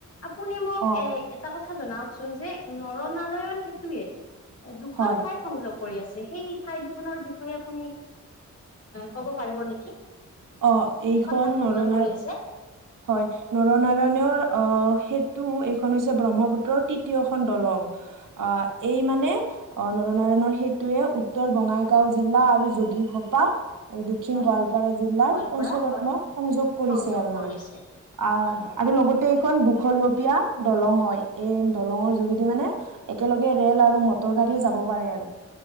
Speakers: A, on the left; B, on the right.
A: আপুনি মোক
B: অ
A: এ এটা কথা জনাওক চোন যে নৰনাৰায়ণ সেতুয়ে এ দুখন
B: হয়
A: ঠাইক সংযোগ কৰি আছে সেই ঠাই দুখনৰ বিষয়ে আপুনি ক'ব পাৰিব নেকি?
B: অ
A: কোন
B: এইখন
A: দুখন ঠাইত সংযোগ
B: নৰনাৰ
A: কৰি আছে?
B: হয় নৰনাৰায়ণৰ আহ সেতু এইখন হৈছে ব্ৰহ্মপুত্ৰৰ তৃতীয়খন দলং। অ এই মানে অ নৰনাৰায়ণৰ সেইটোয়ে উত্তৰ বঙাইগাঁও জিলা আৰু যোগীঘোপা আৰু দক্ষিণ
A: হয়
B: গোৱালপাৰা জিলাৰ
A: গোৱালপাৰা
B: পঞ্চৰত্ন
A: হয়
B: সংযোগ কৰিছে
A: সংযোগ
B: আৰু
A: কৰিছে
B: মানে আ
A: হয় হয়
B: আৰু লগতে এইখন দুশলপীয়া দলং হয় এই দলঙৰ যোগেদি মানে একেলগে ৰে'ল আৰু মটৰ গাড়ীও যাব পাৰে আৰু